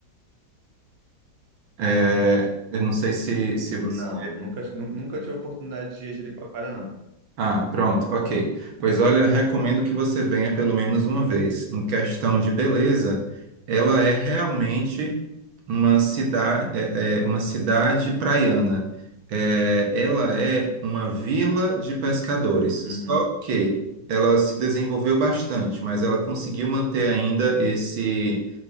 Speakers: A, on the right (about 80°); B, on the right (about 35°).
A: É, eu não sei se, se
B: Não,
A: você.
B: nunca nu- nunca tive a oportunidade de ir a Jericoacoara não.
A: Ah, pronto, ok. Pois olha, recomendo que você venha pelo menos uma vez. Em questão de beleza, ela é realmente uma cidade, é, é uma cidade praiana. É, ela é uma vila de pescadores.
B: Uhum.
A: Só que ela se desenvolveu bastante, mas ela conseguiu manter ainda esse